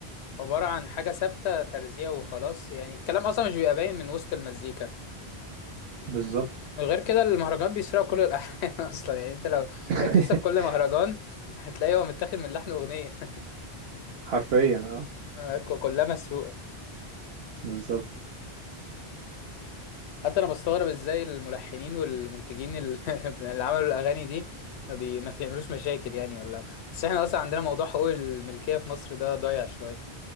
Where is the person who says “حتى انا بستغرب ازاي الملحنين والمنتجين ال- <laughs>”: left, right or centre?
Left